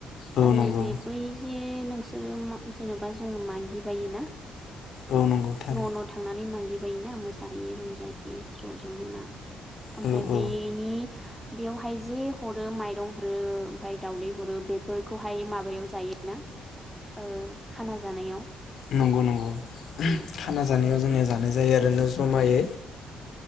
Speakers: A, on the left; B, in the centre.
A: औ
B: आरो
A: नंगौ
B: जे बै जे नों नोंसोरो म जेन'बा जोंङो मागि बायो ना
A: औ नंगौ थारै
B: न' न' थांनानै मागि योना मोसाहैयो रंजायो ज' ज'नो ना ओमफ्राय
A: औ
B: बेनि
A: औ
B: बेयाव ओमफाय जे हरो माइरं हरो ओमफाय दावदै हरो बेफोरखौहाय माबायाव जायोना ओ खाना जानायाव
A: नंगौ नंगौ
B: औ
A: खाना जानाय <unintelligible> यो आरोना जमायै
B: औ